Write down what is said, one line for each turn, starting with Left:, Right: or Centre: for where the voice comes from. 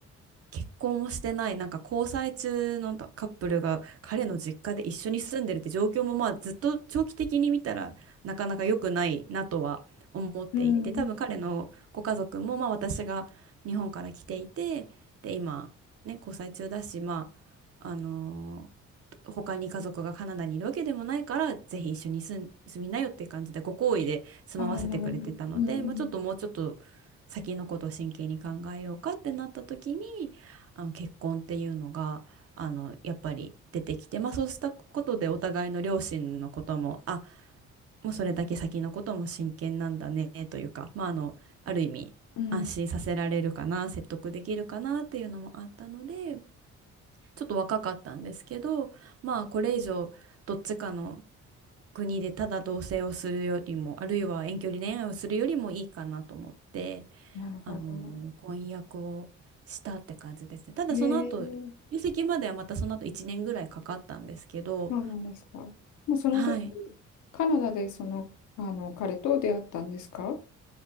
Right: 結婚もしてないなんか交際中のカップルが彼の実家で一緒に住んでるって状況もまあずっと長期的に見たらなかなか良くないなとは思っていて多分彼のご家族もまあ私が日本から来ていてで今ね交際中だしま
Left: うん。
Right: ああの他に家族がカナダにいるわけでもないから、ぜひ一緒に住ん、住みなよって感じで、ご好意で住まわせてくれてたので、
Left: ああ、なるほど。うん。
Right: まあ、ちょっともうちょっと先のことを真剣に考えようかってなった時に、あの結婚っていうのが、あの、やっぱり出てきて、まあそうしたことでお互いの両親のことも、あ、もうそれだけ先のことも真剣なんだね、というか、まああの、ある意味、
Left: うん。
Right: 安心させられるかな、説得できるかなっていうのもあったので、ちょっと若かったんですけど、まあこれ以上どっちかの国でただ同棲をするよりも、あるいは遠距離恋愛をするよりもいいかなと思って、
Left: なるほど。
Right: あの婚約をしたって感じですね。ただその後、
Left: ええ
Right: 入籍まではまたその後1年ぐらいかかったんですけど、
Left: そうなんですか。もうその時、
Right: はい、
Left: カナダでその、あの、彼と出会ったんですか